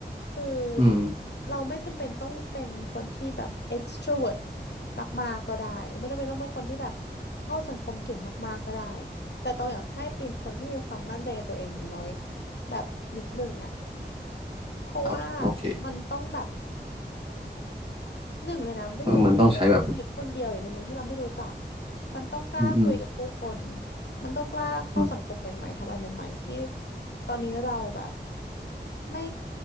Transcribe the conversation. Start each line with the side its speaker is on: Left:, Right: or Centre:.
Left: คือ
Right: อืม
Left: เราไม่จำเป็นต้องเป็นคนที่แบบ extrovert มากๆก็ได้ไม่จำเป็นต้องเป็นคนที่แบบเข้าสังคมเก่งมากๆก็ได้แต่ต้องอยากให้เป็นคนที่มีความมั่นใจในตัวเองอย่างน้อยแบบนิดนึงอ่ะเพราะว่า
Right: ครับโอเค
Left: มันต้องแบบ หนึ่งเลยนะมันต้องอยู่คนเดียวใช้ชีวิตคนเดียวอยู่ในเมืองที่เราไม่รู้จัก
Right: เออมันต้องใช้แบบ
Left: มันต้องกล้าคุยกับผู้คน
Right: อืมอืม
Left: มันต้องกล้าเข้าสังคมใหม่ๆทำอะไรใหม่ๆที่
Right: อืม
Left: ตอนนี้เราแบบไม่